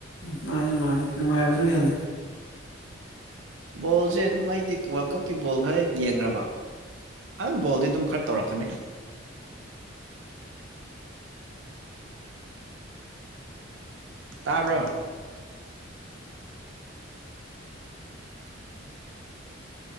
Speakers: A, on the left; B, on the right.
A: ꯃꯥꯅꯤ ꯃꯥꯅꯤ ꯅꯨꯡꯉꯥꯏꯕꯁꯨ ꯍꯦꯜꯂꯤ
B: ꯕꯣꯜꯁꯦ ꯑꯗꯨꯝ ꯑꯩꯗꯤ ꯋꯥꯔꯜ ꯀꯞꯀꯤ ꯕꯣꯜ ꯈꯔ ꯍꯦꯛ ꯌꯦꯡꯈ꯭ꯔꯕ ꯑꯝ ꯕꯣꯜꯗꯤ ꯑꯗꯨꯝ ꯈꯔ ꯇꯧꯔꯛꯀꯅꯤ ꯇꯥꯕ꯭ꯔꯣ